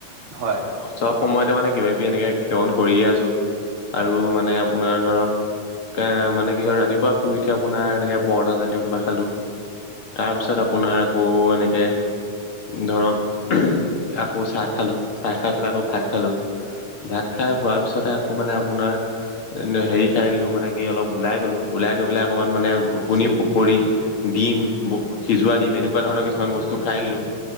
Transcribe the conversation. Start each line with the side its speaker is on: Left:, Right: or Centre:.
Right: হয়,
Left: চব সময়তে মানে কিবা কিবি এনেকে সেৱন কৰিয়ে আছোঁ আৰু মানে আপোনাৰ ধৰক এ মানে কি হয় ৰাতিপুৱা শুই উঠি আপোনাৰ এনেকে পৰঠা জাতীয় কিবা খালো তাৰ পিছত
Right: অ
Left: আপোনাৰ আকৌ এনেকে ধৰক আকৌ চাহ খালোঁ। চাই খাই পেলাই আকৌ
Right: অ
Left: ভাত
Right: অ',
Left: খালোঁ, ভাত খাই হোৱাৰ পিছতে আকৌ মানে আপোনাৰ হেৰি খাই দিলো মানে কি অলপ ওলাই গলো ওলাই গৈ পেলাই অকণমান মানে ঘুগুনি পকৰি দিম সিজোৱা দিম এনেকুৱা ধৰণৰ কিছুমান বস্তু খাই দিলো।